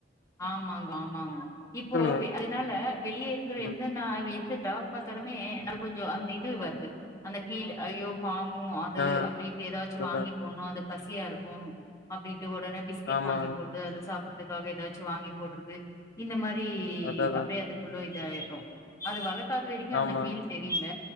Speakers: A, on the left; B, on the left.
A: ஆமாங்க ஆமாங்க இப்போ
B: சொல்லுங்க
A: அதனால வெளிய இருக்குற
B: ம்
A: எந்த நா எந்த டாக் பாத்தாலுமே நமக்கொஞ்சோ அந்த இது வருது அந்த ஃபீலு ஐயோ பாவோ அது
B: ஆ
A: அப்டின்ட்டு ஏதாச்சு
B: அததா
A: வாங்கி போட்ணு அந்த பசியாயிருக்கோ அப்டின் க ஒடனே பிஸ்கட்
B: ஆமாங்க
A: வாங்கி போடு அது சாப் படுறதுக்காக எதாச்சு வாங்கி போடுறது இந்த மா ரி
B: அததா
A: அப்டியே அதுக்குள்ள இ தாயிரு அது வளக் காத வரைக்கு
B: ஆமா
A: அந்த ஃபீல் தெரியல